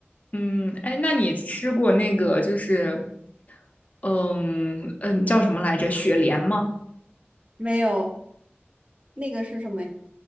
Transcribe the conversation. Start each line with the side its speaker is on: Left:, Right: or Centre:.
Left: 嗯，哎，那你吃过那个就是，嗯嗯，叫什么来着？雪莲吗？
Right: 没有那个是什么？